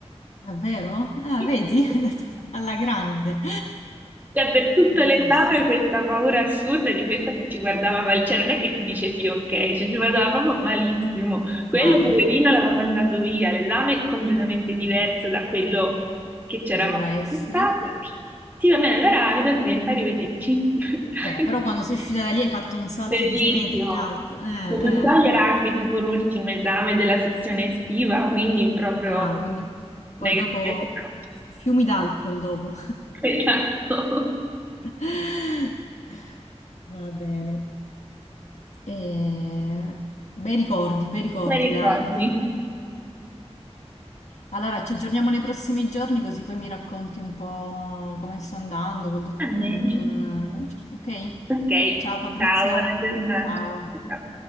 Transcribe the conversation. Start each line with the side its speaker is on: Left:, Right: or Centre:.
Left: davvero? Ah,
Right: <laughs>
Left: vedi? <laughs> È andato Alla grande.
Right: Cioè, per tutto
Left: Bellissimo.
Right: l'esame questa paura assurda di questa che ci guardava mal, cioè non è che ti dice sì, ok, cioè ci guardava proprio malissimo. Quello
Left: Male,
Right: poverino l'aveva mandato via, l'esame è completamente diverso da quello che c'eravamo
Left: che doveva essere.
Right: aspettati. Sì, va bene, allora vedo a 30, arrivederci. <laughs>
Left: Beh, però quando sei uscita da lì hai fatto un salto
Right: Bellissimo.
Left: di 6 metri in alto. Eh,
Right: Se non
Left: eh.
Right: sbaglio era anche tipo l'ultimo esame della sessione estiva, quindi proprio
Left: Ah, quindi poi
Right: mega
Left: dopo
Right: festa.
Left: f- fiumi d'alcol dopo.
Right: <laughs> Esatto.
Left: <laughs> Va bene. Eh, Bei ricordi, bei ricordi,
Right: Bei ricordi.
Left: dai. Allora, ci aggiorniamo nei prossimi giorni così poi mi racconti un po' come sta andando col dott-
Right: Almeno.
Left: mm, con la ricerca, ok?
Right: Ok,
Left: Ciao Fabrizia,
Right: ciao, buona giornata.
Left: ciao.
Right: Ciao.